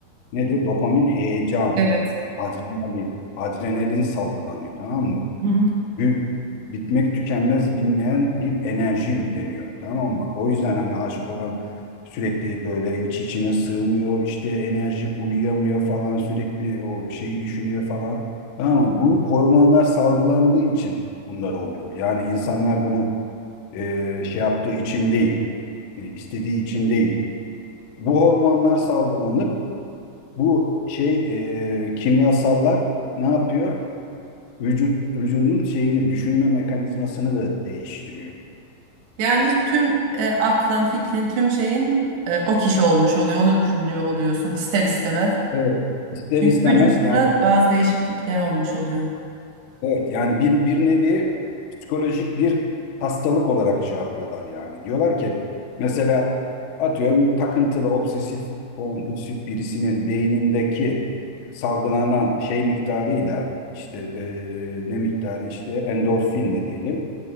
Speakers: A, on the left; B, on the right.
A: Nedir? Dopamin heyecan,
B: Evet.
A: adrenalin, adrenalin salgılanıyor. Tamam mı?
B: Hı hı.
A: Bir, bitmek tükenmez bilmeyen bir enerji yükleniyor. Tamam mı? O yüzden hani aşık olan sürekli böyle iç içine sığmıyor. işte enerjik uyuyamıyor falan sürekli o şeyi düşünüyor falan. Tamam mı? Bu hormonlar salgılandığı için bunlar oluyor. Yani insanlar bunu e, şey yaptığı için değil. E, istediği için değil. Bu hormonlar salgılanıp bu şey e, kimyasallar ne yapıyor? Vücut vücudun şeyini düşünme mekanizmasını da değiştiriyor.
B: Yani tüm e, aklın, fikrin, tüm şeyin e, o kişi olmuş oluyor. Onu düşünüyor oluyorsun ister istemez.
A: Evet. İster
B: Çünkü
A: istemez
B: vücudunda
A: yani
B: bazı değişiklikler olmuş oluyor.
A: Evet yani bir, bir nevi psikolojik bir hastalık olarak şey yapıyorlar yani. Diyorlar ki mesela atıyorum takıntılı obsesif kompulsif birisinin beynindeki salgılanan şey miktarıyla işte eee, ne miktarı işte endorfinle diyelim.